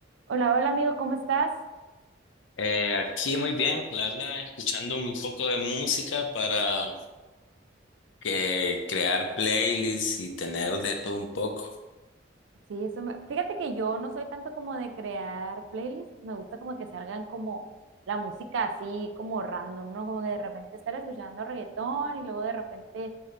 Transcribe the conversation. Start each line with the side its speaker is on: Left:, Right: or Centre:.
Right: Hola, hola amigo, ¿cómo estás?
Left: Eh, aquí muy bien, la verdad, escuchando un poco de música para que crear playlists y tener de todo un poco.
Right: Sí, eso me... Fíjate que yo no soy tanto como de crear playlists, me gusta como que salgan como la música así, como random, ¿no? Como que de repente estar escuchando reggaetón y luego de repente